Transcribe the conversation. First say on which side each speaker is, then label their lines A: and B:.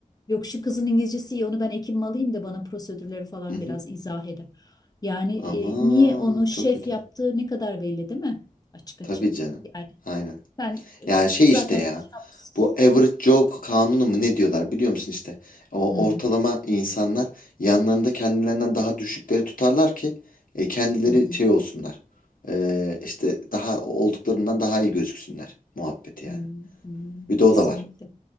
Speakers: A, on the left; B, on the left.
A: yok şu kızın İngilizcesi iyi onu ben ekibime alayım da bana prosedürleri falan
B: Hı hı.
A: biraz izah eder. Yani
B: Ama
A: e, niye onu şef
B: çok kötü.
A: yaptığı ne kadar belli değil mi? Açık açık.
B: Tabii canım.
A: Yani
B: Aynen.
A: sen e,
B: Ya şey
A: zaten
B: işte ya.
A: şapsızsın.
B: Bu average Joe kanunu mu ne diyorlar biliyor musun işte. O
A: Hı
B: ortalama insanlar yanlarında kendilerinden daha düşükleri tutarlar ki e, kendileri
A: hı hı
B: şey olsunlar. E, işte daha olduklarından daha iyi gözüksünler muhabbeti yani.
A: hı hı.
B: Bir de
A: Kesinlikle.
B: o da var.